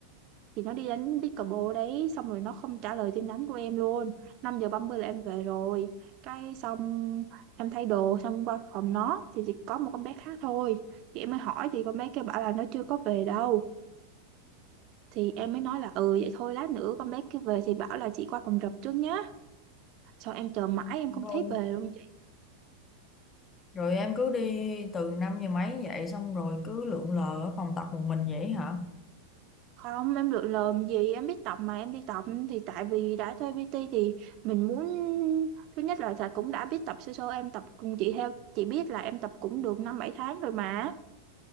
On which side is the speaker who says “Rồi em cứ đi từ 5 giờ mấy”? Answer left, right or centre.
Left